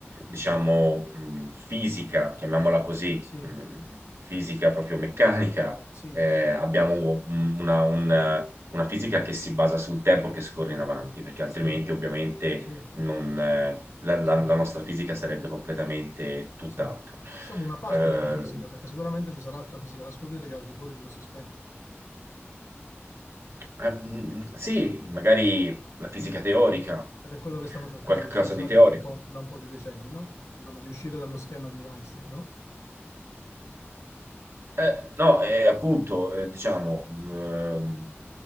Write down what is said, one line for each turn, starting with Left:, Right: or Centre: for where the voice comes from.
Right: diciamo, mh, fisica, chiamiamola così,
Left: Sì,
Right: mh, fisica proprio meccanica,
Left: Sì,
Right: eh, abbiamo un- una, una- una fisica che si basa sul tempo che scorre in avanti, perché altrimenti
Left: sì,
Right: ovviamente
Left: sì,
Right: non, eh, la, la-
Left: sì,
Right: la nostra fisica sarebbe completamente tutt'altro.
Left: sì. Diciamo una parte
Right: Eh,
Left: della fisica, perché sicuramente ci sarà altra fisica da scoprire che è al di fuori di questo schema.
Right: Ah, mm, sì, magari la fisica teorica,
Left: Ed è quello che stanno cercando
Right: qualcosa
Left: gli scienziati
Right: di teorico.
Left: da un po', da un po' di decenni, no? Insomma, di uscire dallo schema di Einstein, no?
Right: Eh, no, eh, appunto, eh, diciamo, ehm,